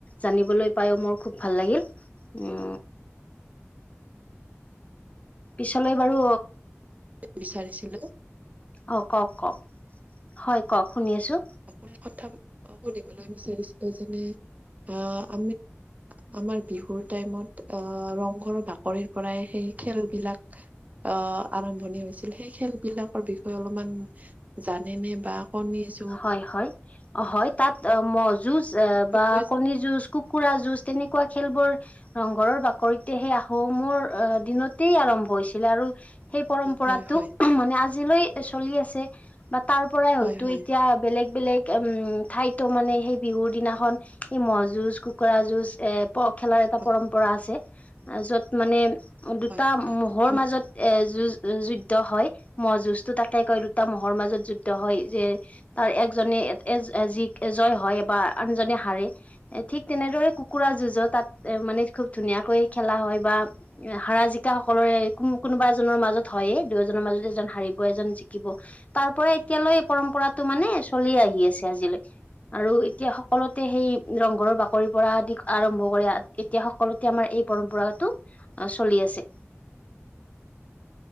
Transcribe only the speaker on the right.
বিচাৰিছিলো।
আপোনি কথা শুধিবলৈ বিচাৰিছিলো যেনে আহ আমি আমাৰ বিহুৰ টাইমত আহ ৰংঘৰত বাকৰিৰ পৰাই সেই খেলবিলাক আ আৰম্ভণি হৈছিল সেই খেলবিলাকৰ বিষয়ে অলপমান জানে নে বা কনিজ
বিষয়ে
জানে?
হয়, হয়,
হয়, হয়,
হয়,
হয়, হয়,
আমি-